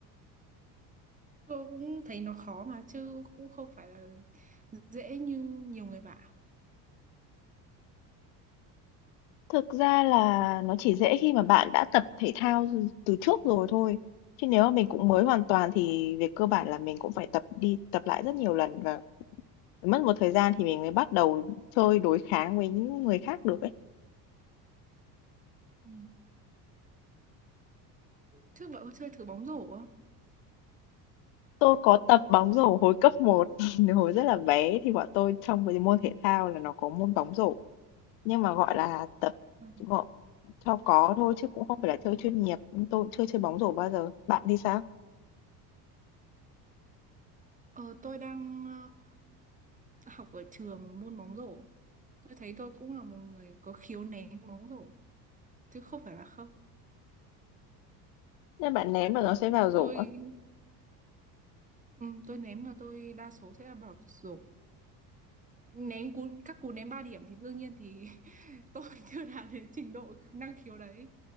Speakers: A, on the right; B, on the left.
A: Tôi cũng thấy nó khó mà chứ cũng không phải là dễ như nhiều người bảo.
B: Thực ra là nó chỉ dễ khi mà bạn đã tập thể thao từ từ trước rồi thôi, chứ nếu mà mình cũng mới hoàn toàn thì về cơ bản là mình cũng phải tập đi tập lại rất nhiều lần và mất một thời gian thì mình mới bắt đầu chơi đối kháng với những người khác được ấy.
A: Ừ. Trước bạn có chơi thử bóng rổ không?
B: Tôi có tập bóng rổ hồi cấp một <laughs> hồi rất là bé thì bọn tôi trong cái môn thể thao là nó có môn bóng rổ, nhưng mà, gọi là, tập
A: Ừ.
B: gọn cho có thôi chứ cũng không phải là chơi chuyên nghiệp, tôi cũng chưa chơi bóng rổ bao giờ. Bạn thì sao?
A: Ờ, tôi đang ờ, học ở trường môn bóng rổ Tôi thấy tôi cũng là một người có khiếu ném bóng rổ chứ không phải là không.
B: nên bạn ném mà nó sẽ vào rổ
A: Tôi
B: à?
A: ừm, tôi ném mà tôi đa số sẽ là vào rổ. Ném cú các cú ném 3 điểm thì đương nhiên thì <laughs> tôi chưa đạt đến trình độ năng khiếu đấy.